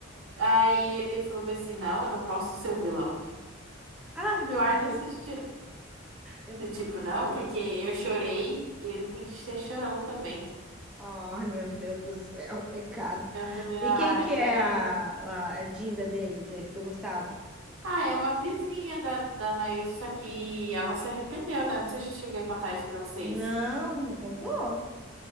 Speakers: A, on the right (about 85°); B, in the centre.
A: Aí ele falou bem assim, não, eu não posso ser o vilão.
B: Ai, meu
A: Eduardo
B: Deus,
A: é suas
B: eu não
A: Eu,
B: posso
A: tipo,
B: ser
A: não,
B: o vilão.
A: porque eu chorei, ele tem que ser chorão também.
B: Ai, meu Deus do céu, <laughs> pecado.
A: Eu falei,
B: E
A: ai,
B: quem que é
A: não.
B: a, a, a Dinda dele, desse, do Gustavo?
A: Ah, é uma vizinha da, da Anaís, só que ela se arrependeu, né? Não sei se eu cheguei a contar isso pra vocês.
B: Não, não contou?